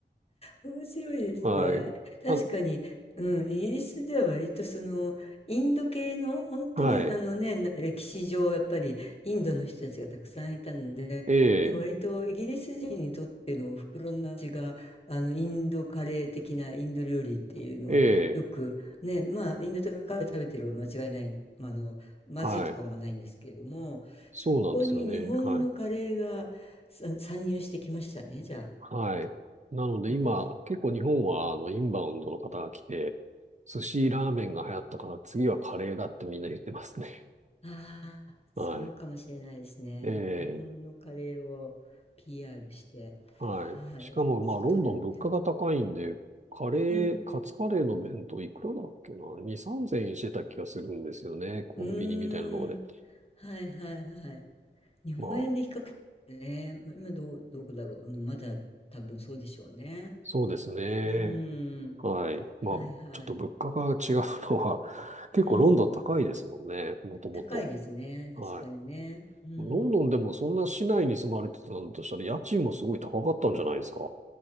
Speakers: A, on the left; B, on the right.
A: 面白いですね。
B: はい。
A: 確かに、
B: あ、
A: うん、イギリスでは割とそのインド系の本当にあのね、
B: はい。
A: な歴史上やっぱりインドの人たちがたくさんいたので、
B: ええ、
A: なんか割とイギリス人にとってのお袋の味があのインドカレー的なインド料理っていうのはよくね、
B: ええ、
A: まあインドとかカレー食べてれば間違いない、まああの、まずいとかはあんまないんですけれども、
B: はい。そうなんですよね。
A: そこに日本のカレーがさ参入してきましたね、
B: はい。
A: じゃあ。
B: はい。なので今、
A: うん。
B: 結構日本は、あの、インバウンドの方が来て、寿司ラーメンが流行ったから次はカレーだってみんな言ってますね。
A: ああ、そうかもしれないですね。
B: はい。ええ
A: 日本のカレーを PR して、
B: はい。
A: はい、
B: しかも、
A: 外でもね。
B: まあ、ロンドン物価が高いんで、カレー、
A: うん、
B: カツカレーの弁当いくらだっけな ?2、3000円してた気がするんですよね。コンビニみたいなとこで。
A: うーん、はいはいはい。日本円で比較ね、
B: まあ、
A: 今どう、どこだろう。うん、まだ多分そうでしょうね。
B: そうですね。
A: うーん、
B: はい。
A: はいはい。
B: まあ、ちょっと物価が違うのは、結構ロンドン高いですもんね。
A: うん、
B: もともと。
A: 高いですね。
B: はい。
A: 確かにね。うん、
B: ロンドンでもそんな市内に住まれてたんだとしたら、家賃もすごい高かったんじゃないですか